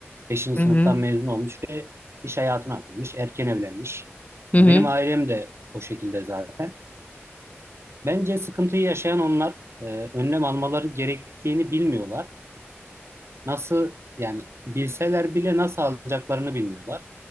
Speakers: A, on the right; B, on the left.
A: 5.
B: Hı
A: sınıftan
B: hı.
A: mezun olmuş ve iş hayatına atılmış, erken evlenmiş.
B: Hı hı.
A: E, Benim ailem de o şekilde zaten. Bence sıkıntıyı yaşayan onlar e, önlem almaları gerektiğini bilmiyorlar. Nasıl yani bilseler bile nasıl alacaklarını bilmiyorlar.